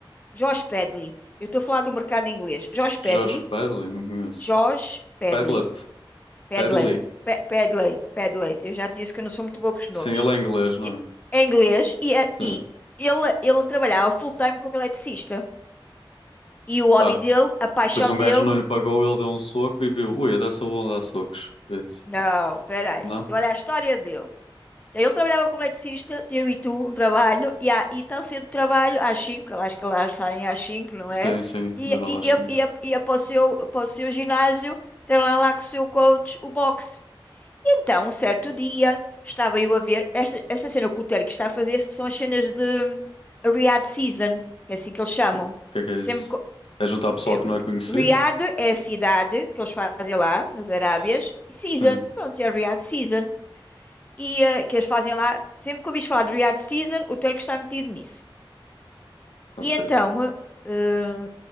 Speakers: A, on the left (about 20°); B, on the left (about 80°).
A: Josh Pedley. Eu estou a falar do mercado inglês. Josh Pedley.
B: Josh Pedley, não conheço.
A: Josh Pedley.
B: Pedlet,
A: Pedley.
B: Pedley.
A: Pe- Pedley. Pedley. Eu já te disse que eu não sou muito boa com os nomes.
B: Sim, ele é inglês, não
A: E-
B: é?
A: É inglês e, é-
B: Sim.
A: e ele, ele trabalhava full-time como eletricista. E o hobby
B: Ah,
A: dele, a paixão
B: Pois um
A: dele.
B: gajo não lhe pagou, ele deu um soco e viu, ui, até sou bom a dar socos. Vê-se.
A: Não, peraí.
B: Não?
A: Olha a história dele. Então, Ele trabalhava como eletricista, eu e tu, um trabalho, e, há, e tão cedo do trabalho, às 5, acho que elas saem às 5, não é?
B: Sim, sim,
A: E,
B: de 9
A: e,
B: às
A: e,
B: cinco
A: e, ia- ia para o seu, para o seu ginásio, tem lá, lá com o seu coach o boxe. E então, um certo dia, estava eu a ver, esta, esta cena que o Terry está a fazer são as cenas de Riyadh Season, que é assim que eles chamam.
B: O que que é que é
A: Sempre,
B: isso?
A: co-
B: É juntar pessoal
A: é,
B: que
A: Ri-
B: não é conhecido?
A: Riyadh é a cidade que eles fazem lá, nas Arábias,
B: S-
A: e Season,
B: Sim,
A: pronto, é Riyadh Season e eh, que eles fazem lá. Sempre que ouvis falar do Riyadh Season, o Turco está metido nisso.
B: ok.
A: E então, eh, eh,